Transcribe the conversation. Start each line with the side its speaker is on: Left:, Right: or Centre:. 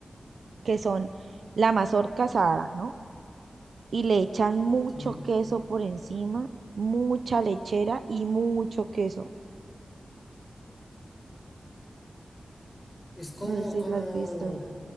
Right: que son la mazorca asada, ¿no? Y le echan mucho
Left: Sí.
Right: queso por encima, mucha lechera y mucho queso.
Left: Es como,
Right: No sé si
Left: como,
Right: las has visto.